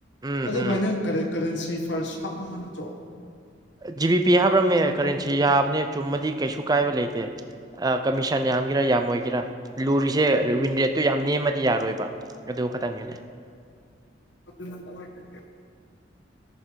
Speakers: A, on the right; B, on the left.
A: ꯎꯝ
B: ꯑꯗꯨꯕꯨꯚꯥꯏ
A: ꯎꯝ
B: ꯅꯪ ꯀꯔꯦꯟꯁꯤ ꯐꯥꯔꯁ ꯍꯥꯞꯂꯝꯕ ꯅꯠꯇ꯭ꯔꯣ
A: ꯖꯤꯕꯤ ꯄꯤ ꯍꯥꯞꯔꯝꯃꯦ ꯀꯔꯦꯟꯁꯤ ꯌꯥꯕꯅꯦ ꯆꯨꯝꯃꯗꯤ ꯀꯩꯁꯨ ꯀꯥꯏꯕ ꯂꯩꯇꯦ ꯇ‌ꯦ ꯑ ꯀꯃꯤꯁꯟ ꯌꯥꯝꯒꯦꯔꯥ ꯌꯥꯝꯃ‌ꯣꯏꯒꯦꯔꯥ ꯂꯨꯔꯤꯁꯦ ꯋꯤꯟ ꯔꯦꯠꯇꯨ ꯌꯥꯝ ꯅꯦꯝꯃꯗꯤ ꯌꯥꯔꯣꯏꯕ ꯑꯗꯨ ꯈꯇꯪꯒꯤꯅꯦ
B: ꯑꯗꯨꯅ‌ꯪ ꯀꯃꯥꯏ <unintelligible>